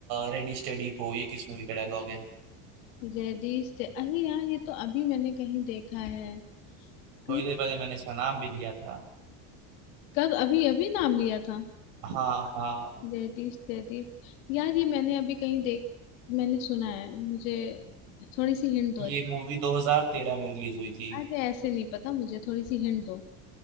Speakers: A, on the right; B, on the left.
A: रेडी स्टेडी पो ये किस मूवी का डायलॉग है
B: रेडिश ते- अरे यार ये तो अभी मैंने कहीं देखा है कहीं
A: थोड़ी देर पहले मैंने इसका नाम भी लिया था
B: कब अभी अभी नाम लिया था
A: हाँ हाँ
B: Reddish ready यार ये मैंने अभी कहीं देख मैंने सुना है मुझे थोड़ी सी हिंट दो
A: ये मूवी 2013 में रिलीज हुई थी
B: अरे ऐसे नहीं पता मुझे थोड़ी सी हिंट दो